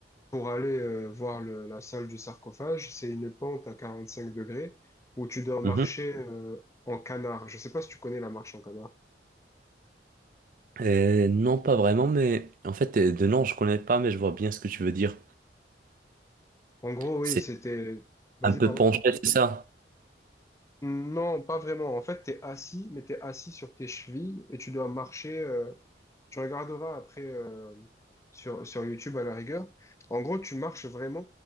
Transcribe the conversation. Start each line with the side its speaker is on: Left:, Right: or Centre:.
Left: pour aller euh, voir le- la salle du sarcophage, c'est une pente à 45 degrés où tu dois marcher
Right: Mhm.
Left: euh, en canard. Je sais pas si tu connais la marche en canard.
Right: Euh, non, pas vraiment, mais en fait, euh, de nom, je connais pas, mais je vois bien ce que tu veux dire.
Left: En gros, oui,
Right: C'est
Left: c'était... Vas-y,
Right: un peu
Left: pardon.
Right: penché, c'est ça?
Left: Non, pas vraiment. En fait, t'es assis, mais t'es assis sur tes chevilles et tu dois marcher. euh, tu regarderas après euh, sur, sur YouTube à la rigueur. En gros, tu marches vraiment